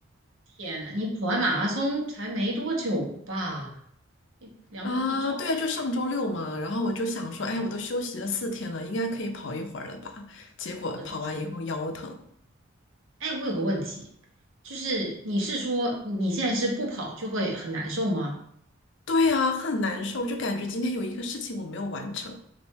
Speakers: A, on the right (about 70°); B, on the left (about 60°).
A: 天呐，你跑完马拉松才没多久吧？一两一周，
B: 啊，对，就上周六嘛，然后我就想说，
A: 我的天，
B: 哎，我都休息了四天了，应该可以跑一会儿了吧？结果跑完以后腰疼，
A: 我的天！哎，我有个问题，就是你是说你现在是不跑就会很难受吗？
B: 对呀，很难受，就感觉今天有一个事情我没有完成